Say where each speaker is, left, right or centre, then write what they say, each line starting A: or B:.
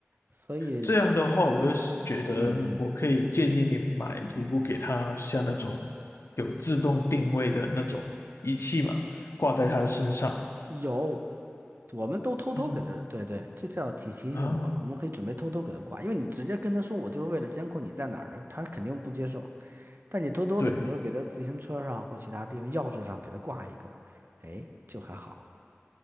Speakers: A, on the right; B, on the left.
A: 所以，
B: 这样的话，我就是觉得我可以建议你买一部给他，
A: 嗯嗯，
B: 像那种有自动定位的那种仪器嘛，挂在他的身上。
A: 有，我们都偷偷给他，
B: 嗯
A: 对对，这叫提提醒我了。
B: 啊，
A: 我们可以准备偷偷给他挂，因为你直接跟他说我就是为了监控你在哪儿的，他肯定不接受。但你偷偷的，
B: 对。
A: 比如说给他自行车上或其他地方钥匙上给他挂一个，哎，就还好了。